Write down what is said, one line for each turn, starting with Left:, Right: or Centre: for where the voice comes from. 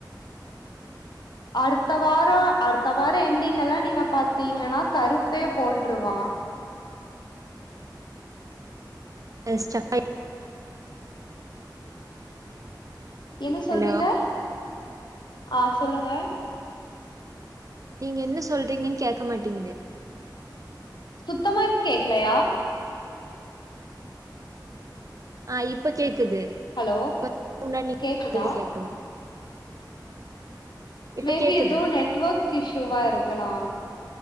Left: அடுத்த வாரோ அடுத்த வாரோ எண்டிங்கெல்லா நீங்க பாத்தீங்கன்னா கருப்பே போட்ருவா
Right: அ ஸ்டக்காய்
Left: என்ன சொல்றீங்க
Right: ஹலோ
Left: ஆ சொல்லுங்க
Right: நீங்க என்ன சொல்றீங்கன்னு கேக்க மாட்டிங்குது
Left: சுத்தமா கேக்கலையா
Right: ஆ இப்ப கேக்குது
Left: ஹலோ
Right: கொஞ்ச நேரோ முன்னாடி நீங்க
Left: கேக்குதா
Right: பேஸ்னது கேக்கல இப்ப
Left: மேபி
Right: கேக்குது
Left: எதுவு நெட்வொர்க் இஷுவா இருக்கலா